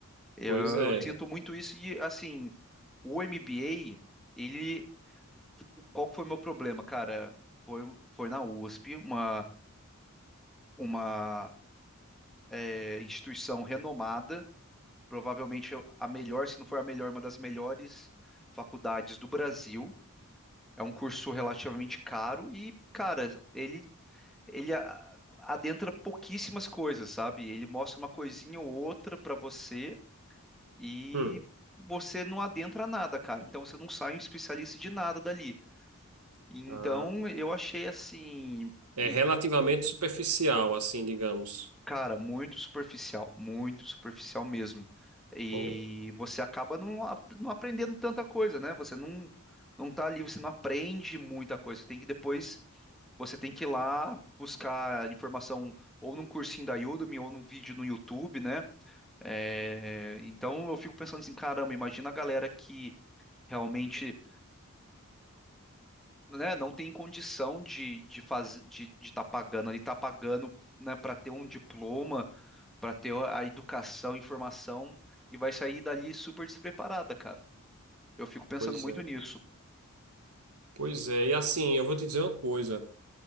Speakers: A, in the centre; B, on the right.
A: Eu,
B: pois é.
A: eu sinto muito isso e, assim, o MBA, ele... Qual que foi o meu problema, cara? Foi, foi na USP, uma uma é, instituição renomada, provavelmente a melhor, se não for a melhor, uma das melhores faculdades do Brasil. É um curso relativamente caro e, cara, ele, ele a- adentra pouquíssimas coisas, sabe? Ele mostra uma coisinha ou outra pra você e
B: Hum,
A: você não adentra nada, cara. Então você não sai um especialista de nada dali. Então
B: ah,
A: eu achei assim.
B: é
A: e
B: relativamente superficial, assim, digamos.
A: Cara, muito superficial, muito superficial mesmo. E
B: Pô,
A: você acaba não, a- não aprendendo tanta coisa, né? Você não, não tá ali, você não aprende muita coisa. Você tem que depois, você tem que ir lá buscar informação ou num cursinho da Udemy ou num vídeo no YouTube, né? É, então eu fico pensando assim, caramba, imagina a galera que realmente, né, não tem condição de de fazer de estar pagando ali, tá pagando, né, para ter um diploma para ter a educação, a informação e vai sair dali super despreparada, cara. Eu fico pensando
B: pois
A: muito
B: é.
A: nisso.
B: Pois é. E assim, eu vou te dizer uma coisa.